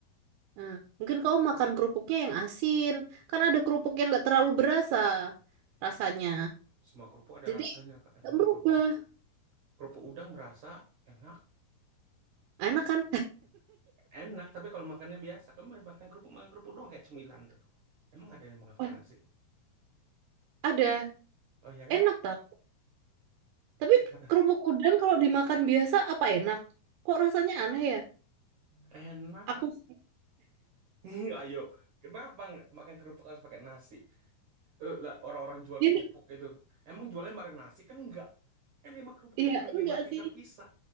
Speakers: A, on the right; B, on the right.
A: Nah, mungkin kau makan kerupuknya yang asin. Kan ada kerupuk yang gak terlalu berasa rasanya.
B: Semua kerupuk ada
A: Jadi
B: rasanya, Kak. Emang
A: gak berubah.
B: kerupuk apa? Kerupuk udang berasa enak.
A: Enak kan?
B: Enak, tapi kalau makannya biasa, kamu makan kerupuk, makan kerupuk doang kayak cemilan tuh. Emang ada yang makan pakai
A: <laughs> Wah,
B: nasi?
A: ada.
B: Oh ya kah?
A: Enak tau. Tapi
B: Ibadah.
A: kerupuk udang kalau dimakan biasa apa enak? Kok rasanya aneh ya?
B: Enak.
A: Aku sih.
B: <laughs> Ayo, kenapa nggak makan kerupuk harus pakai nasi? Eh, lah, Orang-orang jual
A: <laughs> Dia-
B: kerupuk itu, emang jualnya bareng nasi kan enggak? Kan lima kerupuk
A: Iya,
B: itu dinikmati
A: enggak sih.
B: terpisah.